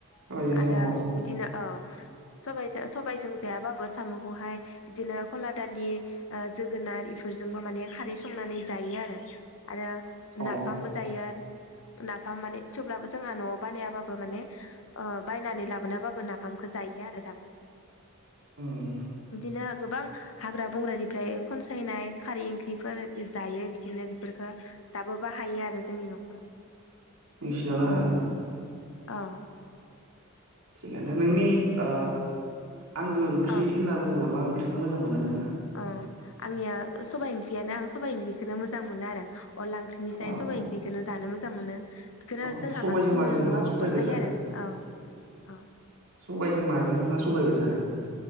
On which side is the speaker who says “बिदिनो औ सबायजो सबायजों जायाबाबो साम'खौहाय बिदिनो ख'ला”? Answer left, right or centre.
Left